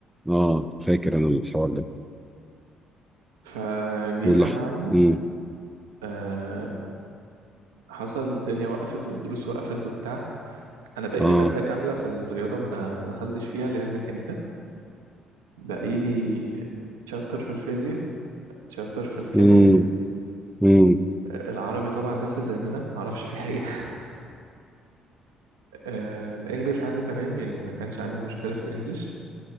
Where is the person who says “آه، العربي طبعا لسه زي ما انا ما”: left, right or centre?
Right